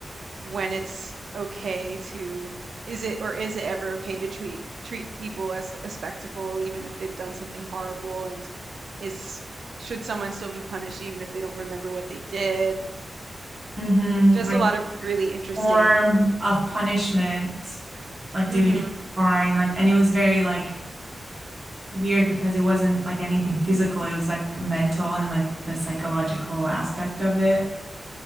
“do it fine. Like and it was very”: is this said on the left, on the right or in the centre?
Right